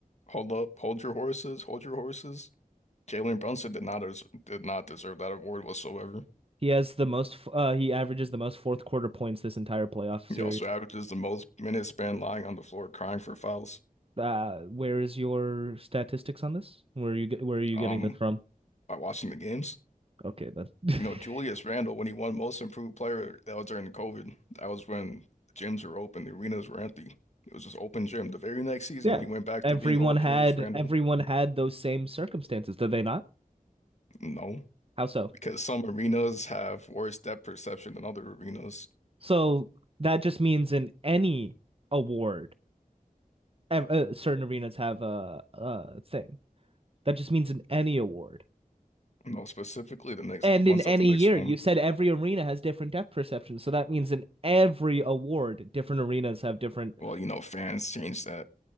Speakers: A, on the left (about 50°); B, on the right (about 40°).
A: hold up, hold your horses, hold your horses. Jalen Brunson did not des- did not deserve that award whatsoever.
B: He has the most, uh, he averages the most fourth quarter points this entire playoff series.
A: He also averages the most minutes spent lying on the floor crying for fouls.
B: Uh, where is your statistics on this? Where are you, where are you
A: Um.
B: getting this from?
A: by watching the games.
B: Okay, then. <laughs>
A: You know, Julius Randle, when he won Most Improved Player, that was during COVID. That was when the gyms were open, the arenas were empty. It was just open gym. The very next season,
B: Yeah.
A: he went back
B: Everyone
A: to being old
B: had,
A: Julius Randle.
B: everyone had those same circumstances, did they not?
A: No,
B: How so?
A: because some arenas have worse depth perception than other arenas.
B: So that just means in any award, uh, certain arenas have a, a thing. That just means in any award.
A: You know, specifically the next,
B: And
A: the ones
B: in any
A: that the next
B: year,
A: one.
B: you said every arena has different depth perceptions. So that means in every award, different arenas have different.
A: Well, you know, fans change that.